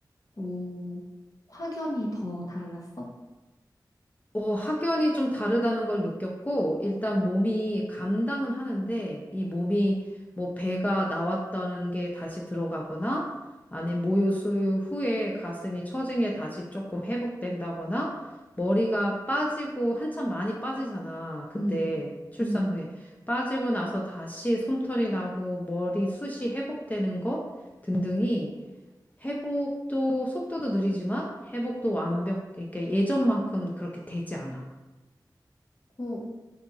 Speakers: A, on the left; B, on the left.
A: 오, 확연히 더 달랐어?
B: 어, 확연히 좀 다르다는 걸 느꼈고, 일단 몸이 감당은 하는데, 이 몸이 뭐 배가 나왔다는 게 다시 들어가거나, 아니, 모유수유 후에 가슴이 처진게 다시 조금 회복된다거나, 머리가 빠지고, 한참 많이 빠지잖아. 그때
A: 음,
B: 출산
A: 음,
B: 후에. 빠지고 나서 다시 솜털이 나고, 머리 숱이 회복되는 거 등등이 회복도 속도도 느리지만 회복도 완벽, 이렇게 예전만큼 그렇게 되지 않아.
A: 오,